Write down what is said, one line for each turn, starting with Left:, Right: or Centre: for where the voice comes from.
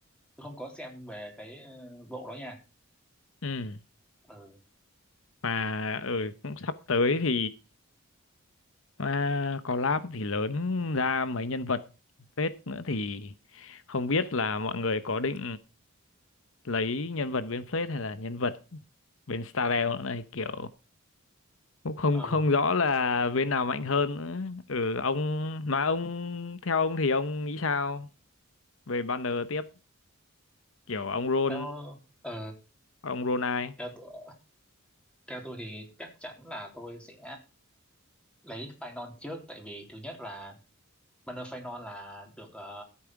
Centre: tôi không có xem về cái ờ, bộ đó nha
Left: ừm.
Centre: ờ
Left: Mà ừ, cũng sắp tới thì À, collab thì lớn ra mấy nhân vật phết nữa thì không biết là mọi người có định lấy nhân vật bên phết hay là nhân vật bên Starrel nữa này kiểu cũng không
Centre: ờ
Left: không rõ là bên nào mạnh hơn nữa. Ừ ông mà ông theo ông thì ông nghĩ sao về banner tiếp kiểu ông Ron
Centre: theo ờ
Left: ông Ron ai?
Centre: theo tôi theo tôi thì chắc chắn là tôi sẽ lấy Phainon trước tại vì thứ nhất là banner Phainon là được ờ,